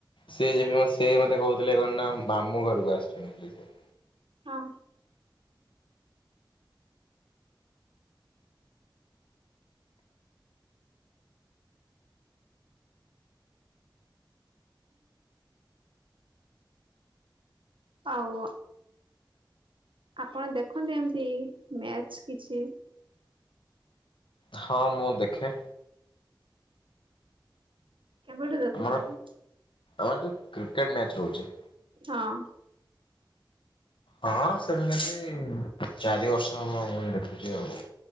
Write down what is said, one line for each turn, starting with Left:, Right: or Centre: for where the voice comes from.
Left: ସେ ଏ ସେ ମତେ କହୁଥିଲେ କଣ ନା ମାମୁଁ ଘରକୁ ଆସିଛନ୍ତି ବୋଲି ସେ।
Right: ହଁ। ଆଉ ଆପଣ ଦେଖନ୍ତି ଏମିତି ମ୍ୟାଚ କିଛି
Left: ହଁ ମୁଁ ଦେଖେ।
Right: କେବେଢୁ ଦେଖୁଛନ୍ତି।
Left: ଆମର ଆମର ଯୋଉ କ୍ରିକେଟ ମ୍ୟାଚ ରହୁଛି।
Right: ହଁ।
Left: ହଁ <unintelligible> ଚାରି ବର୍ଷବ ମୁ ଦେଖୁଚି ଆଉ।